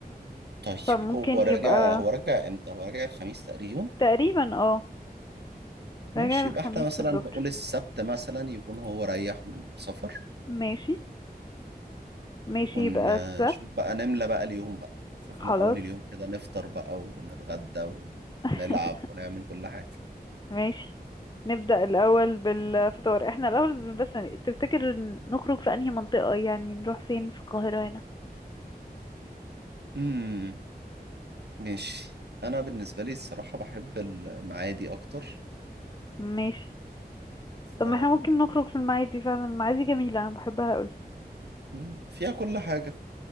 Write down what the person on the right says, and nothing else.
طيب
هو راجع
هو راجع امتى هو راجع الخميس تقريبا
ماشي
يبقى
احنا مثلا
نقول السبت مثلا يكون هو ريح من السفر
ونشوف
بقى نملى بقى اليوم بقى شوف
من أول اليوم كده نفطر بقى ونتغدى و-
ونلعب ونعمل كل حاجة
امم ماشي أنا بالنسبة لي الصراحة بحب المعادي أكتر
ف
مم، فيها كل حاجة